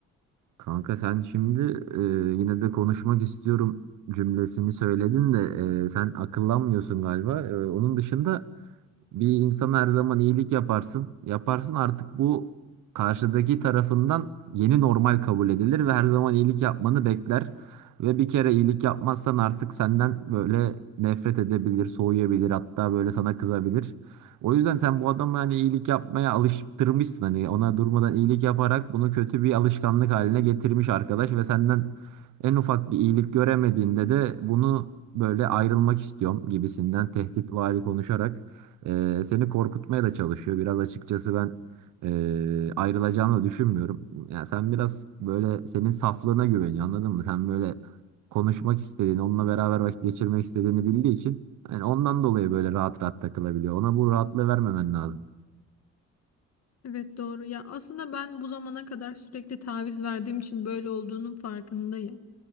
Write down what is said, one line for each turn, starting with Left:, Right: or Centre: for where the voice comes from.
Right: Kanka sen şimdi e, yine de konuşmak istiyorum cümlesini söyledin de e, sen akıllanmıyorsun galiba. E, onun dışında bir insana her zaman iyilik yaparsın. Yaparsın artık bu karşıdaki tarafından yeni normal kabul edilir ve her zaman iyilik yapmanı bekler. Ve bir kere iyilik yapmazsan artık senden böyle nefret edebilir, soğuyabilir, hatta böyle sana kızabilir. O yüzden sen bu adamı hani iyilik yapmaya alıştırmışsın hani ona durmadan iyilik yaparak bunu kötü bir alışkanlık haline getirmiş arkadaş ve senden en ufak bir iyilik göremediğinde de bunu böyle ayrılmak istiyorum gibisinden tehditvari konuşarak ee, seni korkutmaya da çalışıyor. Biraz açıkçası ben ee, ayrılacağını da düşünmüyorum. Yani sen biraz böyle senin saflığına güveniyor anladın mı? Sen böyle konuşmak istediğini, onunla beraber vakit geçirmek istediğini bildiği için yani ondan dolayı böyle rahat rahat takılabiliyor. Ona bu rahatlığı vermemen lazım.
Left: Evet doğru ya aslında ben bu zamana kadar sürekli taviz verdiğim için böyle olduğunun farkındayım.